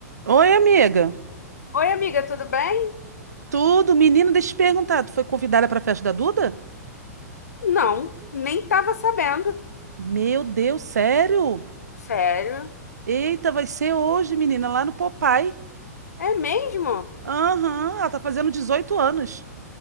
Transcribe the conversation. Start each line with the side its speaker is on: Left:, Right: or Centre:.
Right: Oi, amiga.
Left: Oi, amiga, tudo bem?
Right: Tudo? Menina, deixa eu te perguntar. Tu foi convidada para a festa da Duda?
Left: Não, nem tava sabendo.
Right: Meu Deus, sério?
Left: Sério?
Right: Eita, vai ser hoje, menina, lá no Popeye.
Left: É mesmo?
Right: Aham, ela tá fazendo 18 anos.